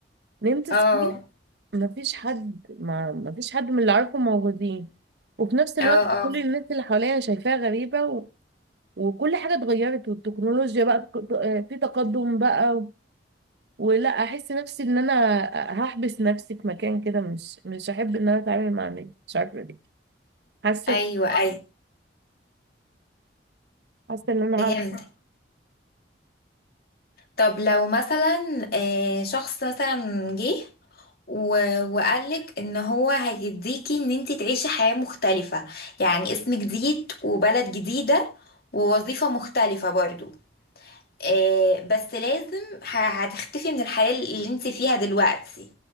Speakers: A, on the right; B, on the left.
A: نمت صحيت
B: اه
A: ما فيش حد ما ما فيش حد من اللي اعرفه موجودين وفي نفس الوقت
B: اه اه
A: كل الناس اللي حواليا شايفاها غريبة و... وكل حاجة اتغيرت والتكنولوجيا بقى تق- آه، في تقدم بقى ولا احس نفسي ان انا آه، هحبس نفسي في مكان كده مش مش هحب ان انا اتعامل مع الناس مش عارفة ليه حاسة
B: ايوه ايوه
A: حاسة ان انا
B: فهمت
A: عارفة
B: طب لو مثلا آه، شخص مثلا جه و- وقالك ان هو هيديكي ان انت تعيشي حياة مختلفة يعني اسم جديد وبلد جديدة ووظيفة مختلفة برضو آه، بس لازم ه- هتختفي من الحياة اللي انت فيها دلوقتي